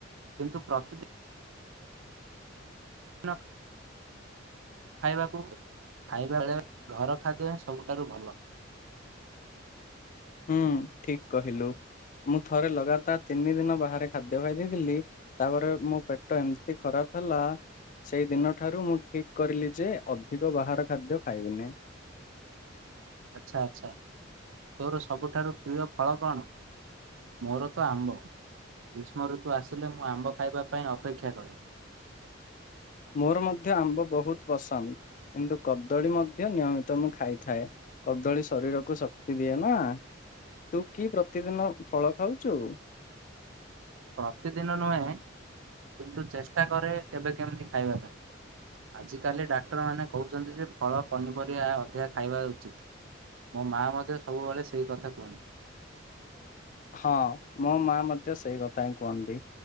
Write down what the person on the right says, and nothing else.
କିନ୍ତୁ ପ୍ରତି ନ୍ ଖାଇବାକୁ ଖାଇବା ବେଳେ ଘର ଖାଦ୍ୟ ହିଁ ସବୁଠାରୁ ଭଲ।
ଆଚ୍ଛା ଆଚ୍ଛା ତୋର ସବୁଠାରୁ ପ୍ରିୟ ଫଳ କଣ? ମୋର ତ ଆମ୍ବ। ଗ୍ରୀଷ୍ମ ଋତୁ ଆସିଲେ ମୁଁ ଆମ୍ବ ଖାଇବା ପାଇଁ ଅପେକ୍ଷା କରେ।
ପ୍ରତିଦିନ ନୁହେଁ କିନ୍ତୁ ଚେଷ୍ଟା କରେ କେବେ କେମିତି ଖାଇବା ପାଇଁ। ଆଜିକାଲି ଡାକ୍ତରମାନେ କହୁଛନ୍ତି ଯେ ଫଳ ପନିପରିବା ଅଧିକା ଖାଇବା ଉଚିତ୍। ମୋ ମା ମ ସବୁବେଳେ ସେଇ କଥା କୁହନ୍ତି।